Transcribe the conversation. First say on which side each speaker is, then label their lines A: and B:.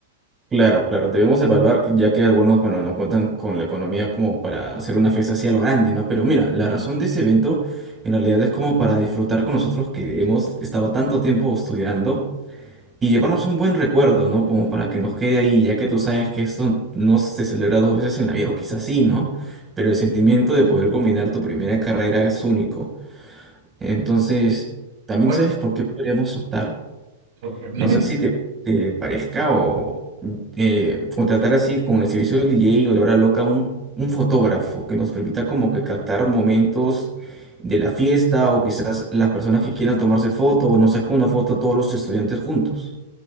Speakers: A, on the right; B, on the right.
A: Claro, claro, debemos evaluar, que- ya que algunos, bueno, no cuentan con la economía como para hacer una fiesta así a lo grande, ¿no? Pero mira, la razón de ese evento en realidad es como para disfrutar con nosotros que hemos estado tanto tiempo estudiando y llevarnos un buen recuerdo, ¿no? Como para que nos quede ahí, ya que tú sabes que esto no se celebra dos veces en la vida, o quizás sí, ¿no? Pero el sentimiento de poder combinar tu primera carrera es único. Entonces, también
B: Oye,
A: sabes por qué podríamos optar.
B: pues dime.
A: No sé si te, te parezca o eh, contratar así con el servicio del DJ o la hora loca un, un fotógrafo que nos permita como que captar momentos de la fiesta o quizás las personas que quieran tomarse foto o nos saque una foto a todos los estudiantes juntos.